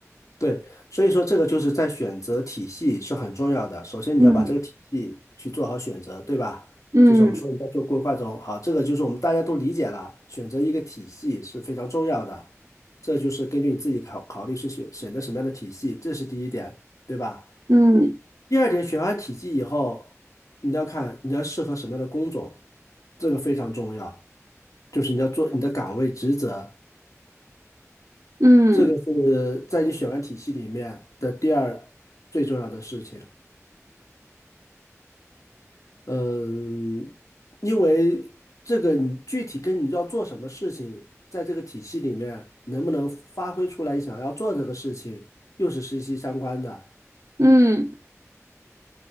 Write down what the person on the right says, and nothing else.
嗯
嗯
嗯
嗯
嗯，